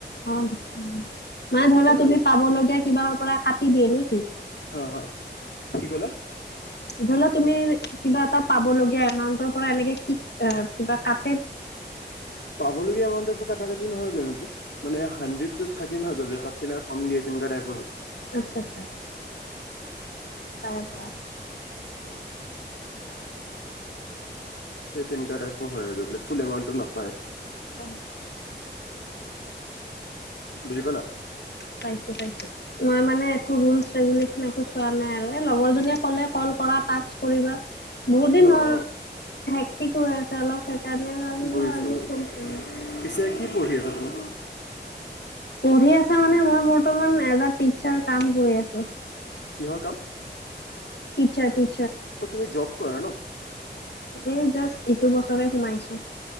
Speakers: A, on the left; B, on the left.
A: অ, মানে ধৰিলোৱা
B: একো নাই
A: তুমি পাব লগীয়া কিবাৰ পৰা কাটি দিয়ে নেকি?
B: হা - হা কি ক'লা?
A: ধৰি লওঁক তুমি কিবা এটা পাব লগিয়া এমাউন্টৰ পৰা এনেকে কি এ কিবা কাট
B: পাবলগীয়া এমাউন্টৰ ক কাটি নহয় গৈ মানে হাণ্ড্ৰেড য'ত থাক নহয়ৈ তাত তেনেক কমিয়ে তেনেকা টাইপৰ হয়
A: আচ্ছা আচ্ছা তাৰে পৰা
B: সেই তেনেকুৱা টাইপৰ হয় আৰু ফুল এমাউণ্টটো নাপায়
A: অ',
B: বুজি পালা
A: পাইছো পাইছো মই মানে একো ৰে একো চোৱা নাই আৰু এই লগৰ জনীয়ে ক'লে কল কৰা ৰ্টাচ্ কৰিবা বহুত দিন
B: অ',
A: হ'ল
B: অ'।
A: হেক্টিকো হৈ আছে অলপ সে কাৰণে ভাবিলো
B: বুজিছো
A: আজি
B: বুজিছো
A: <unintelligible>
B: পিছে কি পঢ়ি আছা তুমি
A: পঢ়ি আছা মানে মই বৰ্তমান এজ এ টিচাৰ কাম কৰি আছো
B: কিহৰ কাম
A: টিচাৰ টি
B: অ, তুমি জব কৰা ন?
A: এই জাষ্ট ইটো বছৰে সোমাইছো।